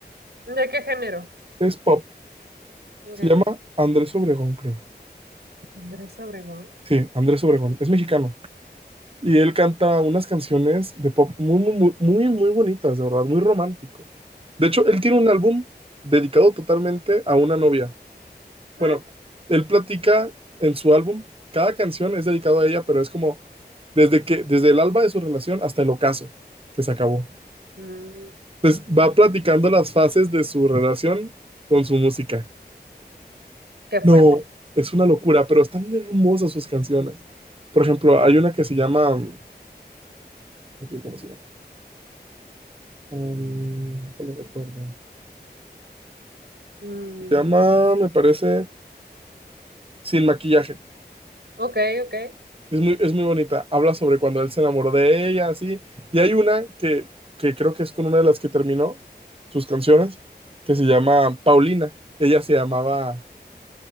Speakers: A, on the right; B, on the right.
A: ¿De qué género?
B: Es pop.
A: Ok.
B: Se llama Andrés Obregón, creo.
A: Andrés Obregón.
B: Sí, Andrés Obregón. Es mexicano. Y él canta unas canciones de pop muy, muy, muy, muy, muy bonitas, de verdad, muy romántico. De hecho, él tiene un álbum dedicado totalmente a una novia.
A: Mm.
B: Bueno, él platica en su álbum, cada canción es dedicado a ella, pero es como desde que, desde el alba de su relación hasta el ocaso que se acabó.
A: Mm.
B: Entonces va platicando las fases de su relación con su música.
A: Qué fuerte.
B: No, es una locura, pero están hermosas sus canciones. Por ejemplo, hay una que se llama, no digo ¿cómo se llama? Um, no lo recuerdo.
A: Mm,
B: Se llama, me parece, Sin maquillaje.
A: ok, ok.
B: Es muy, es muy bonita. Habla sobre cuando él se enamoró de ella, así. Y hay una que, que creo que es con una de las que terminó sus canciones, que se llama Paulina. Ella se llamaba